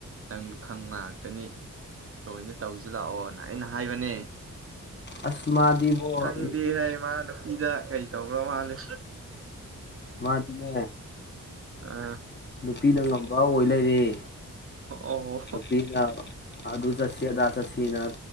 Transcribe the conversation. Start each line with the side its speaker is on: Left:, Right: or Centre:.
Right: ꯅꯪꯁꯨ ꯈꯪ ꯉꯥꯏꯥꯛꯇꯅꯤ ꯂꯣꯏꯅ ꯇꯧꯁꯤ ꯂꯥꯛꯑꯣꯅ ꯑꯩꯅ ꯍꯥꯏꯕꯅꯦ
Left: ꯑꯁ ꯃꯥꯗꯤꯕꯣ
Right: ꯁꯪꯗꯤ
Left: ꯅꯨꯄꯤ
Right: ꯍꯥꯏ ꯃꯥꯅ ꯏꯗ ꯀꯔꯤ ꯇꯧꯕ꯭ꯔꯣ ꯃꯥꯅꯤ
Left: ꯃꯥꯗꯤꯅꯦ
Right: ꯑ
Left: ꯅꯨꯄꯤꯗ ꯉꯝꯕ ꯑꯣꯏ ꯄ꯭ꯂꯔꯤ
Right: ꯑꯣ
Left: ꯄꯤ ꯑ ꯑꯗꯨ ꯆ ꯆꯠꯁꯤ ꯑꯗꯥ ꯆꯠꯁꯤꯅ